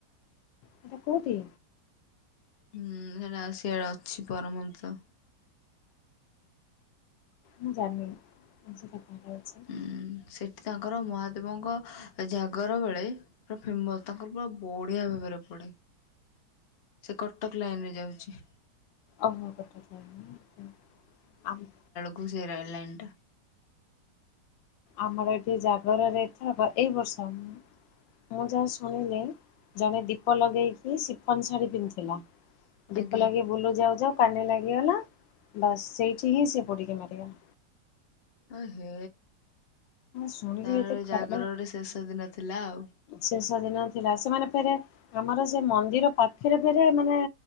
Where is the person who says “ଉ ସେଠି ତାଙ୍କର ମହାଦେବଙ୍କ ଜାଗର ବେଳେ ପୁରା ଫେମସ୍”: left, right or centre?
Left